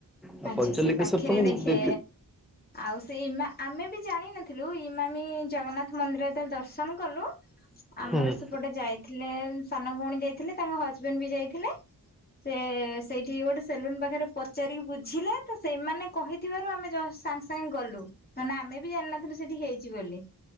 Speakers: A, in the centre; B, on the left.
A: ଆଉ
B: ଆଚ୍ଛା
A: ପଞ୍ଚଲିଙ୍ଗେଶ୍ୱର
B: ସେଇ ପାଖରେ
A: ତ ମୁଁ
B: ଦେଖେ
A: ଦି
B: ଆଉ ସେଇ ମା ଆମେ ବି ଜାଣିନଥିଲୁ। ରୁ ହିମାମି ଜଗନ୍ନାଥ ମନ୍ଦିର ଯେତଳେ ଦର୍ଶନ କଲୁ
A: ହୁଁ
B: ଆମର ସେପଟେ ଯାଇଥିଲେ ସାନ ଭଉଣୀ ଯାଇଥିଲେ ତାଙ୍କ ହଜବେଣ୍ଡ ବି ଯାଇଥିଲେ ସେ ସେଇଠି ଗୋଟେ ସେଲୁନ୍ ପାଖରେ ପଚାରିକି ବୁଝିଲେ। ତ ସେମାନେ କହିଥିବାରୁ ଆମେ ଜସ ସାଙ୍ଗେ ସାଙ୍ଗେ ଗଲୁ ତାନେ ଆମେ ବି ଜାଣିିନଥିଲୁ ସେଠି ହେଇଛି ବୋଲି